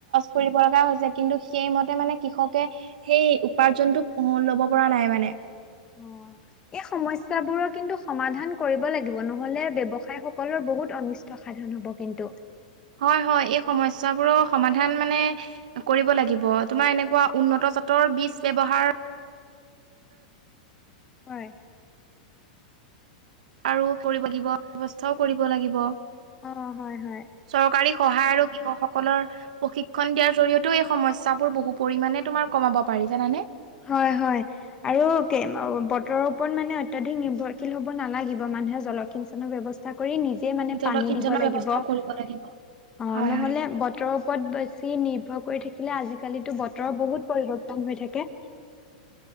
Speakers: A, on the right; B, on the left.
A: কৰিব লগা হৈছে কিন্তু সেইমতে মানে কৃষকে সেই উপাৰ্জনটো অ', ল'ব পৰা নাই মানে। <inaudible>
B: অ এই সমস্যাবোৰৰ কিন্তু সমাধান কৰিব লাগিব। নহলে ব্যৱসায় সকলৰ বহুত অনিষ্ঠ সাধন হ'ব কিন্তু।
A: হয়-হয় এই সমস্যাবোৰৰ সমাধান মানে কৰিব লাগিব তোমাৰ এনেকুৱা উন্নত জাতৰ বীজ ব্যৱহাৰ
B: হয়।
A: আৰু কৰিব লাগিব, ব্যৱস্থাও কৰিব লাগিব।
B: অ', হয়-হয়।
A: চৰকাৰী সহায় আৰু কৃষকসকলৰ প্ৰশিক্ষণ দিয়াৰ জৰিয়তেও এই সমস্যয়াবোৰ বহু পৰিণে তোমাৰ কমাব পাৰি, জানানে?
B: হয়-হয়। আৰু বতৰৰ ওপৰত মানে অত্যাধিক নিৰ্ভৰশীল হ'ব নালাগিব মানুহে জলসিঞ্চনৰ ব্যৱস্থা কৰি নিজে মানে
A: জলসিঞ্চনৰ
B: পানী দিব লাগিব,
A: ব্যৱস্থাও
B: অ',
A: কৰিব লাগিব হয়
B: নহলে
A: হয়
B: বতৰৰ ওপত বেছি নিৰ্ভৰ কৰি থাকিলে আজিকালিতো বতৰ বহুত পৰিৱৰ্তন হৈ থাকে।